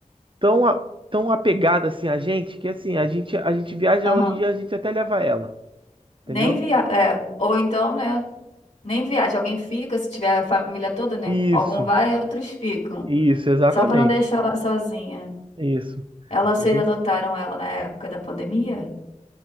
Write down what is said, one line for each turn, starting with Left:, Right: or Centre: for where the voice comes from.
Right: tão, a- tão apegada assim a gente que assim a gente, a gente viaja
Left: Aham.
Right: hoje em dia a gente até leva ela, entendeu?
Left: Nem via... é, ou então, né? Nem viaja. Alguém fica, se tiver a família toda, né?
Right: Isso,
Left: Algum vai e outros ficam.
Right: isso, exatamente,
Left: Só para não deixar ela sozinha.
Right: isso,
Left: Ela, vocês
Right: entendeu?
Left: adotaram ela na época da pandemia?